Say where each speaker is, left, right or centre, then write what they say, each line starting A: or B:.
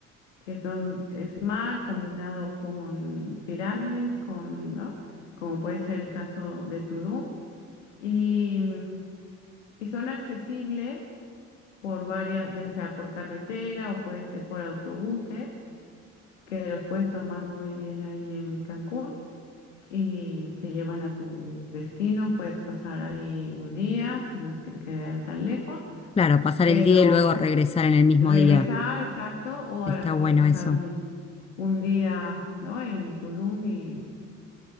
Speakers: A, on the left; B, on the left.
A: que son, es mar combinado con pirámides, con, ¿no? Como puede ser el caso de Tulum. Y, y son accesibles por varias, ya sea por carretera o puede ser por autobuses, que los puedes tomar muy bien ahí en Cancún. y te llevan a tu destino. Puedes pasar ahí un día, si no es que te quedan tan lejos,
B: Claro, pasar
A: pero
B: el día y luego regresar en el mismo
A: regresar,
B: día.
A: exacto, o
B: Está
A: a lo mejor
B: bueno
A: pasar
B: eso.
A: un, un día, ¿no? En Tulum y,